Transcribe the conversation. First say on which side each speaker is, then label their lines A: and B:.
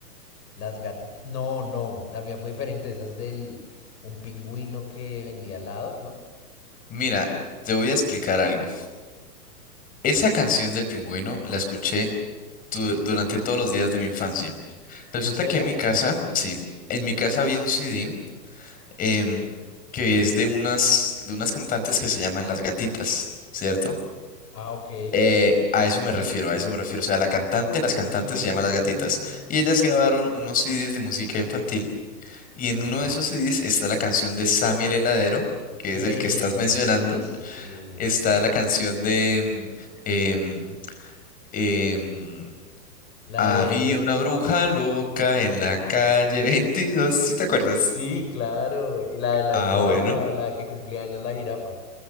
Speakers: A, on the left; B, on the left.
A: Las gatitas, no, no, la mía fue diferente, esa es del un pingüino que vendía helados, ¿no?
B: Mira, te voy a explicar algo. Esa canción del pingüino la escuché tu- durante todos los días de mi infancia. Resulta
A: ¿En serio?
B: que en mi casa, sí, en mi casa había un CD em, que es de unas, de unas cantantes que se llaman Las Gatitas, ¿cierto?
A: Ah, ok.
B: Eh, a eso me refiero, a eso me refiero. O sea, la cantante, las cantantes
A: Mm,
B: se llaman Las Gatitas. Y ellas grabaron unos CDs de música infantil. Y en
A: ok.
B: uno de esos CDs está la canción de Sammy el Heladero, que
A: Esta,
B: es el que estás mencionando.
A: ese, sí. sí,
B: Está
A: sí.
B: la canción de... mm, em, em,
A: La
B: Había
A: de...
B: una bruja loca en la calle 22. ¿Sí te acuerdas?
A: Sí, claro. Y la de la
B: Ah,
A: jirafa,
B: bueno.
A: la que cumplía años la jirafa.